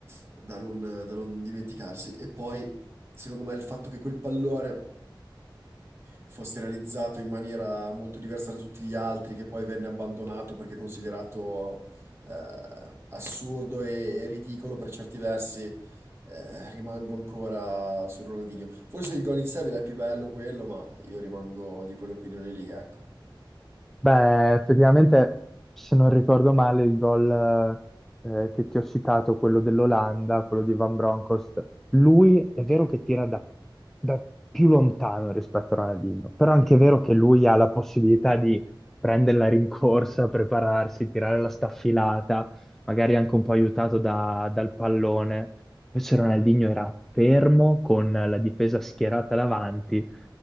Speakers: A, on the right; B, in the centre.
A: da non, da non dimenticarsi. E poi, secondo me, il fatto che quel pallone fosse realizzato in maniera molto diversa da tutti gli altri, che poi venne abbandonato perché considerato eh, assurdo e, e ridicolo per certi versi. eh, rimango ancora su Ronaldinho. Forse il gol in sé è più bello quello, ma io rimango di quell'opinione lì, ecco.
B: Beh, effettivamente, se non ricordo male, il gol eh, eh, che ti ho citato, quello dell'Olanda, quello di Van Bronckhorst, lui è vero che tira da, da più lontano rispetto a Ronaldinho, però anche è vero che lui ha la possibilità di prendere la rincorsa, prepararsi, tirare la staffilata, magari anche un po' aiutato da- dal pallone. Invece Ronaldinho era fermo con la difesa schierata davanti